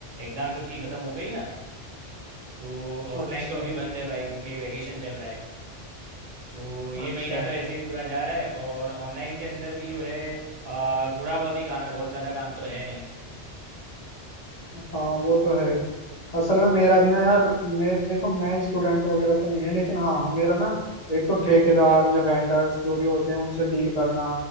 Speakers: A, on the right; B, on the left.
A: एग्ज़ाम सबकी ख़त्म हो गई ना तो ऑफलाइन
B: अच्छा
A: तो अभी बंद है भाई क्योंकि वैकेशन चल रहा है तो ये
B: अच्छा
A: महीना तो ऐसे ही पूरा जा रहा है और ऑनलाइन के अंदर भी जो है अ, थोड़ा बहुत ही काम है बहुत ज़्यादा काम तो है नहीं
B: हाँ वो तो है असल में मेरा भी ना यार मेरे देखो मैं स्टूडेंट वगैरह तो नहीं है लेकिन हाँ हाँ, मेरा ना एक तो ठेकेदार या वेंडर्स जो भी होते हैं उनसे डील करना